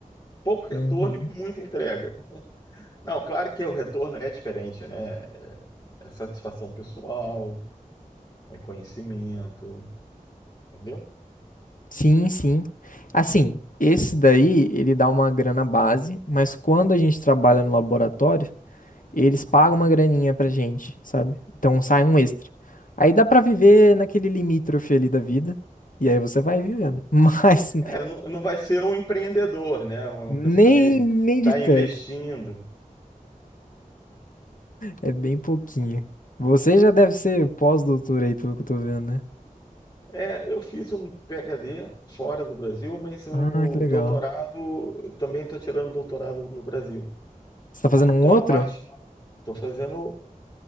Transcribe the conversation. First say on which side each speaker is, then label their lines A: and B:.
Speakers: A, on the left; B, on the left.
A: Pouco retorno
B: uhum.
A: e muita entrega. Não, claro que o retorno é diferente, né? É, é satisfação pessoal, é conhecimento, entendeu?
B: Sim, sim. Assim, esse daí, ele dá uma grana base, mas quando a gente trabalha no laboratório, eles pagam uma graninha pra gente, sabe? Então sai um extra. Aí dá pra viver naquele limítrofe ali da vida, e aí você vai vivendo. <laughs> Mas
A: É, não, não vai ser um empreendedor, né? Uma
B: nem,
A: pessoa que
B: nem
A: está
B: de perto.
A: investindo.
B: É bem pouquinho. Você já deve ser pós-doutor aí, pelo que eu tô vendo, né?
A: É, eu fiz um PhD fora do Brasil, mas o
B: Ah, que legal.
A: doutorado, eu também estou tirando doutorado no Brasil.
B: Você
A: Estou
B: tá fazendo
A: na,
B: um
A: tô
B: outro?
A: na parte, estou fazendo.